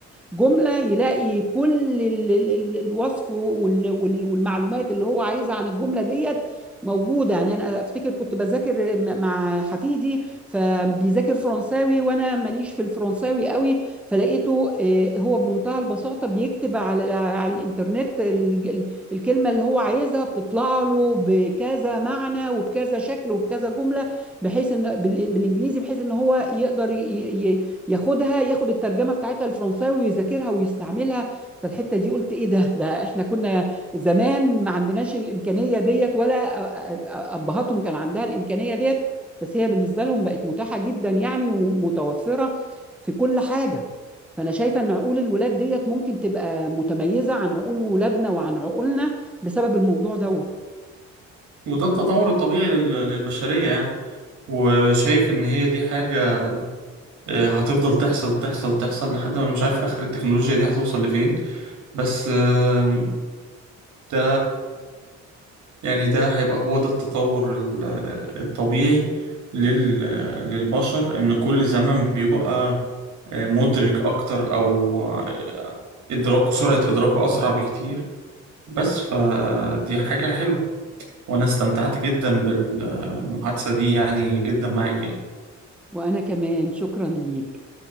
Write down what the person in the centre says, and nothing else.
جملة يلاقي كل ال- ال- ال- الوصف وال- وال- والمعلومات اللي هو عايزها عن الجملة ديت موجودة يعني أنا أفتكر كنت بذاكر م- مع حفيدي فبيذاكر فرنساوي وأنا ماليش في الفرنساوي قوي فلقيته آه، هو بمنتهى البساطة بيكتب على على الإنترنت ال- ال- الكلمة اللي هو عايزها بتطلع له بكذا معنى وبكذا شكل وبكذا جملة بحيث ان بال- بالانجليزي بحيث ان هو يقدر ي- ي- ياخدها ياخد الترجمه بتاعتها الفرنساوي ويذاكرها ويستعملها فالحته دي قلت ايه ده ده احنا كنا زمان ما عندناش الامكانيه ديت ولا أ- أ- أ- ابهاتهم كان عندها الامكانيه ديت بس هي بالنسبه لهم بقت متاحه جدا يعني ومتوفره في كل حاجه فانا شايفه ان عقول الولاد ديت ممكن تبقى متميزه عن عقول ولادنا وعن عقولنا بسبب الموضوع دوت
وانا كمان شكرا ليك